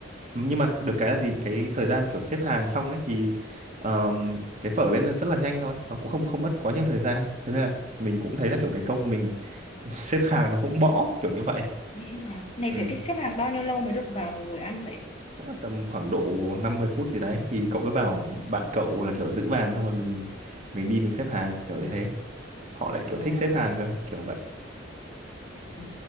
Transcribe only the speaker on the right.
nhưng mà được cái là gì cái thời gian kiểu xếp hàng xong ấy thì ờm, cái phở lên là rất là nhanh thôi nó cũng không không mất quá nhiều thời gian thế nên là mình cũng thấy là kiểu cái công mình <laughs> xếp hàng nó cũng bỏ kiểu như vậy
ừ.
chắc là tầm khoảng độ 50 phút gì đấy thì cậu cứ bảo bạn cậu là kiểu giữ bàn xong rồi mình mình đi mình xếp hàng kiểu như thế họ lại kiểu
thích xếp hàng cơ kiểu vậy